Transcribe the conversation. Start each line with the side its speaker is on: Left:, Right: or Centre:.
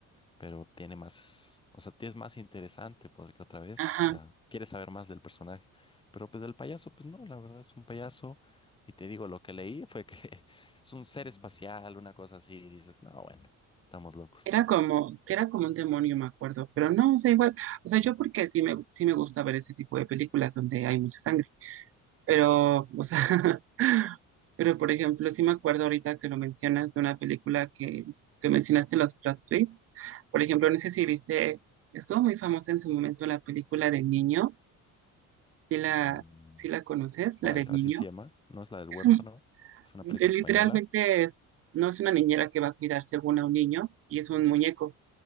Left: pero tiene más, o sea, es más interesante porque otra vez,
Right: Ajá.
Left: o sea, quieres saber más del personaje, pero pues del payaso, pues no, la verdad es un payaso y te digo, lo que leí fue que <laughs> es un ser espacial, una cosa así, y dices, no, bueno, estamos locos.
Right: Era como, que era como un demonio, me acuerdo, pero no, o sea, igual, o sea, yo porque sí me, sí me gusta ver ese tipo de películas donde hay mucha sangre, pero, o sea, <laughs> pero por ejemplo, sí me acuerdo ahorita que lo mencionas de una película que, que mencionaste los plot twists, por ejemplo, no sé si viste, estuvo muy famosa en su momento la película del niño, si la,
Left: Mm,
Right: si la conoces,
Left: ¿Cuál?
Right: la del
Left: Así
Right: niño,
Left: se llama, no es la del huérfano,
Right: es un,
Left: es una
Right: es
Left: película española.
Right: literalmente es, no es una niñera que va a cuidar según a un niño, y es un muñeco